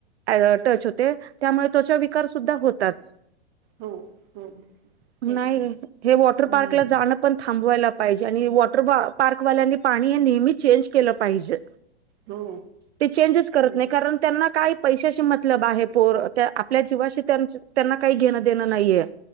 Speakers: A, on the right (about 80°); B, on the right (about 40°).
A: अ.. टच होते, त्यामुळे त्वचा विकार सुद्धा होतात.
B: हो हो
A: नाही
B: तेच तर
A: गं हे, वॉटर
B: हम्म
A: पार्कला जाणं. पण थांबवायला पाहिजे, आणि वॉटर पार्कवाल्यांनी पाणी हे नेहमी चेंज केलं पाहिजे.
B: हो
A: ते चेंजच करत
B: हम्म
A: नाही कारण त्यांना काय पैशाशी मतलब आहे पोर त्या आपल्या जीवाशी त्यांना काही घेणं देणं नाहीये.